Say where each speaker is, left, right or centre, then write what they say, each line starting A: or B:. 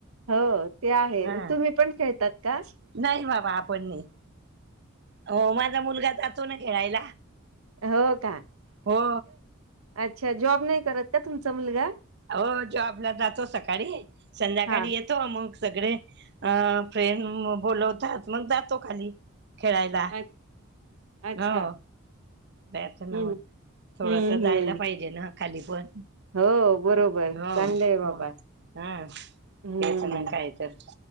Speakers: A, on the right; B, on the right.
A: हो ते आहे
B: हा
A: तुम्ही पण खेळतात का?
B: नाही बाबा आपण नाही अ माझा मुलगा जातो ना खेळायला.
A: हो का,
B: हो
A: अच्छा जॉब नाही करत का तुमचा मुलगा.
B: आओ जॉबला जातो सकाळी संध्याकाळी
A: हा
B: येत तो मग सगळे अ फ्रेंड बोलवतात मग जातो खाली खेळायला.
A: अ- अच्छा
B: हो जायच ना
A: हम्म
B: मग. थोडस
A: हम्म हम्म
B: जायला पाहिजे ना खाली पण
A: हो बरोबर
B: हो
A: चांगलं आहे बाबा
B: मग. हम तेच
A: हम्म
B: ना काय तर.